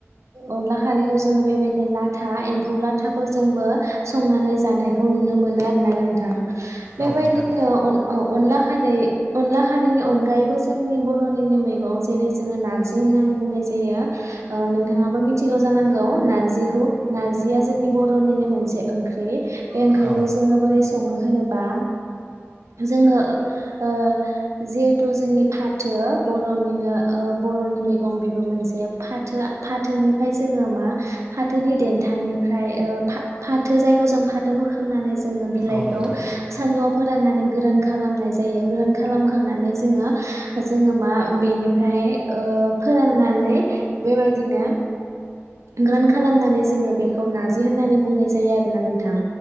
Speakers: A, on the right (about 85°); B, on the right (about 20°).
A: अनला खारैखौ जोङो बेबायदिनो लाथा एम्फौ लाथाखौ जोंबो संनानै जानायखौ नुनो मोनो आरोना नोंथां
B: औ
A: बेबायदिनो
B: नोंथां
A: अन औ अनला खारै अनला खारैनि अनगायैबो जोंनि बर'निनि मैगं जेरै जोङो नार्जि होननानै बुंनाय जायो नोंथाङाबो मिथिगौ जानांगौ नारजिखौ नारजिया जोंनि बर'निनो मोनसे ओंख्रि बे ओंख्रिखौ
B: औ
A: जोङो बोरै संयो होनोबा जोङो ओ जिथु जोंनि फाथो बर'नि ओ बर'नि मै मैगं बेबो मोनसे फाथोआ फाथोनिफाय जोंड़ोमा फाथोनि जेंनानिफ्राय फाथो जायखौ जों फाथो बोखांनानै जोङो बिलाइखौ
B: औ नोंथां
A: सान्दुंआव फोराननानै गोरान खालामनाय जायो गोरान खालामखांनानै जोङो जोङो मा बेनिफ्राय ओ फोराननानै बेबायदिनो ग्रान खालामनानै जोङो बेखौ नारजि होननानै बुंनाय जायो आरोना नोंथां